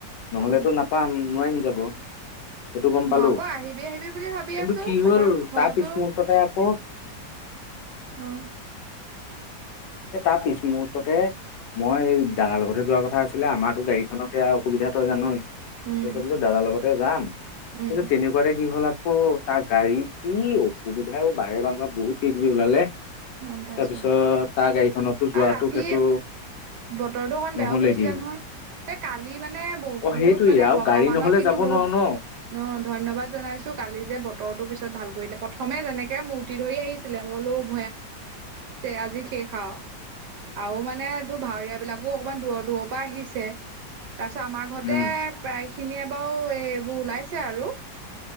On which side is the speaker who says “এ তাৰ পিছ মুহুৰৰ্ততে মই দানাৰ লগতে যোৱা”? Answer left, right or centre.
Left